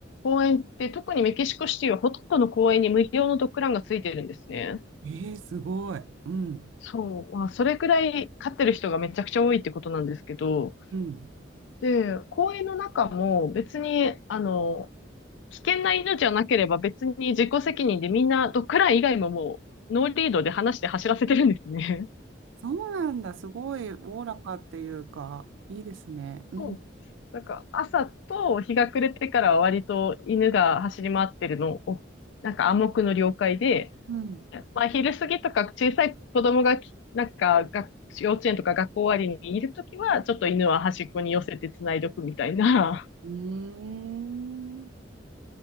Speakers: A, on the left; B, on the right.
A: 公園って、特にメキシコシティはほとんどの公園に無料のドッグランがついてるんですね。
B: えー、すごい。うん。
A: そう。まあ、それくらい飼ってる人がめちゃくちゃ多いってことなんですけど、
B: うん。
A: で、公園の中も別に、あの、危険な犬じゃなければ別に自己責任でみんなドッグラン以外ももうノーリードで話して走らせてるんですね。
B: そうなんだ。すごいおおらかっていうか、いいですね。うん。
A: そうです。なんか朝と日が暮れてからは割と犬が走り回ってるのを、なんか暗黙の了解で、
B: うん。
A: まあ、昼過ぎとか小さい子供がき、なんか、学幼稚園とか学校終わりにいるときは、ちょっと犬は端っこに寄せて繋いどくみたいな。
B: うーん。